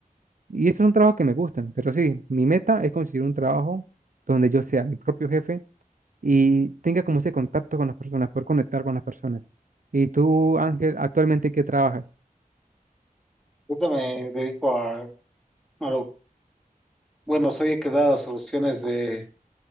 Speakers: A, on the right; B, in the centre.
A: Y esos son trabajos que me gustan, pero sí, mi meta es conseguir un trabajo donde yo sea mi propio jefe y tenga como ese contacto con las personas, poder conectar con las personas. Y tú, Ángel, actualmente, ¿qué trabajas?
B: Ahorita me dedico a, a lo, bueno, soy he quedado a soluciones de